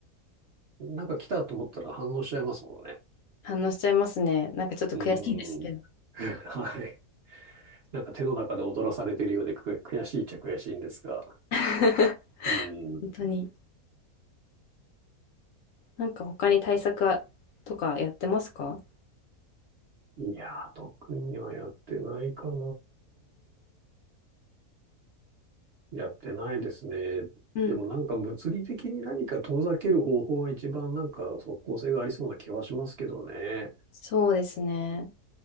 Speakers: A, on the right; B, on the left.
A: なんか来たと思ったら反応しちゃいますもんね。
B: 反応しちゃいますね。なんかちょっと悔しいですけど。
A: うーん。<laughs> はい。なんか手の中で踊らされてるようでく悔しいっちゃ悔しいんですが。
B: <laughs>
A: うーん。
B: 本当に。なんか他に対策はとかやってますか
A: いやー、特にはやってないかな。やってないですね。
B: うん。
A: でもなんか物理的に何か遠ざける方法が一番なんか即効性がありそうな気はしますけどね。
B: そうですね。